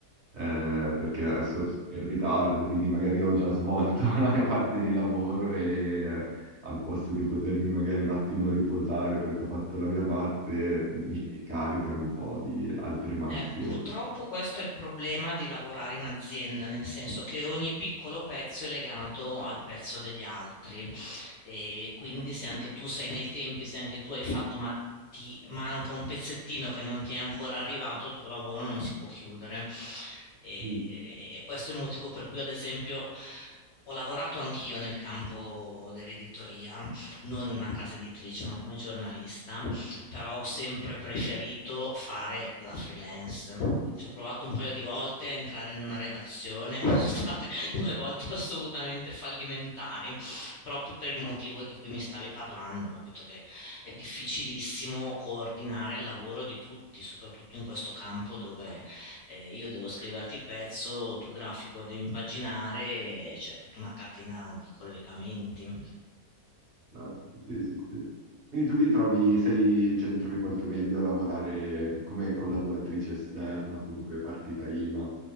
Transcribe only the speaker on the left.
Eh, purtroppo questo è il problema di lavorare in azienda, nel senso che ogni piccolo pezzo è legato al pezzo degli altri e quindi se anche tu sei nei tempi, se anche tu hai fatto, ma ti manca un pezzettino che non ti è ancora arrivato, il tuo lavoro non si può chiudere. E,
e questo è il motivo per cui, ad esempio, ho lavorato anch'io nel campo dell'editoria, non in una casa editrice, ma come giornalista però ho sempre preferito fare la freelance. Ci ho provato un paio di volte a entrare in una redazione, <laughs> sono state due volte assolutamente fallimentari, proprio per il motivo di cui mi stavi parlando, capito che è difficilissimo coordinare il lavoro di tutti, soprattutto in questo campo dove eh, io devo scriverti il pezzo, tu grafico lo devi impaginare, e c'è tutta una catena di collegamenti.